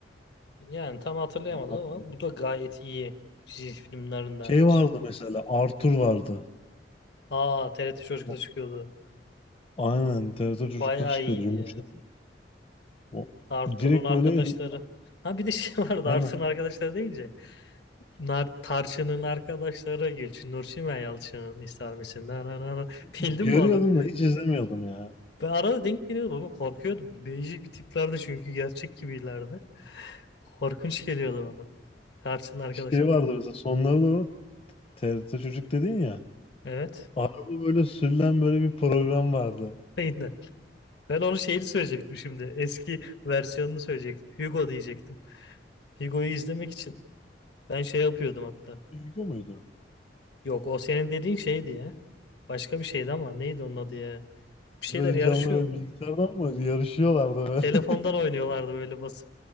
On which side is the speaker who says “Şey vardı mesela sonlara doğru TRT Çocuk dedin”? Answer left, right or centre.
Left